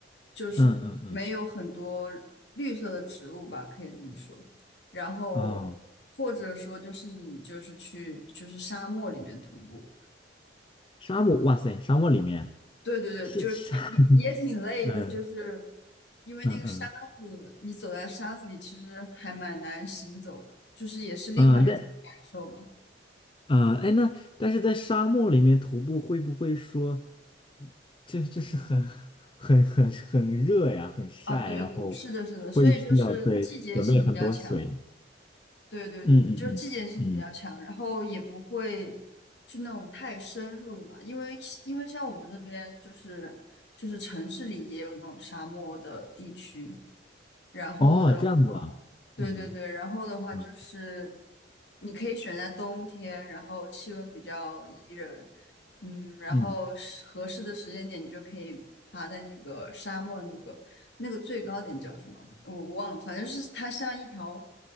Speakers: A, on the left; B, on the left.
A: 就是没有很多绿色的植物吧，
B: 嗯嗯嗯
A: 可以这么说。然后
B: 哦，
A: 或者说就是你就是去就是沙漠里面徒步。
B: 沙漠哇塞，沙漠里面啊
A: 对对对，
B: 是沙
A: 就是也也挺累的，
B: 嗯
A: 就是因为那个沙子，
B: 嗯嗯
A: 你走在沙子里，其实还蛮难行走的，就是也是另外一种感受吧。
B: 嗯，对啊，哎，那但是在沙漠里面徒步会不会说，这这是很很很很热呀，很晒，
A: 啊，对对，
B: 然后
A: 是的，是的，所以就是季节性比较强，
B: 会需要对准备很多水。
A: 对对对，
B: 嗯嗯嗯嗯，
A: 就是季节性比较强，然后也不会去那种太深入的吧，因为因为像我们这边就是就是城市里也有那种沙漠的地区，然后的话，
B: 哦，这样子啊，
A: 对对对，
B: 嗯
A: 然后的话就是
B: 嗯
A: 你可以选在冬天，然后气温比较宜人，嗯，然后是合适的时间点，
B: 嗯嗯
A: 你就可以爬在那个沙漠那个那个最高点叫什么？我我忘了，反正就是它像一条